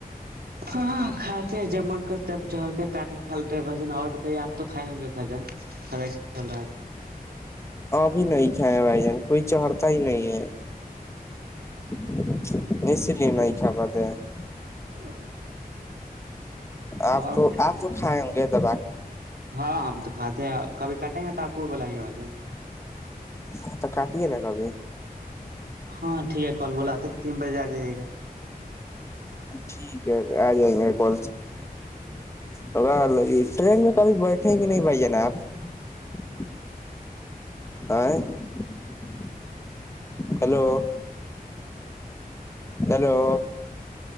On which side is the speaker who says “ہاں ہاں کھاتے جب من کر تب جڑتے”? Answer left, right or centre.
Right